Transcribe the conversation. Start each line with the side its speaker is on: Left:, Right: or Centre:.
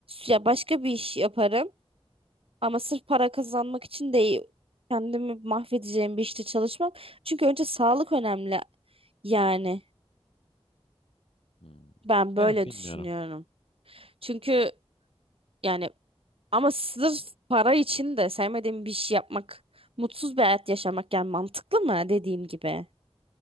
Right: Ya başka bir iş yaparım ama sırf para kazanmak için değil. Kendimi mahvedeceğim bir işte çalışmam. Çünkü önce sağlık önemli. Yani
Left: Hmm.
Right: ben
Left: Ya
Right: böyle
Left: bilmiyorum.
Right: düşünüyorum. Çünkü yani Ama sırf para için de sevmediğim bir şey yapmak, mutsuz bir hayat yaşamak yani mantıklı mı dediğim gibi?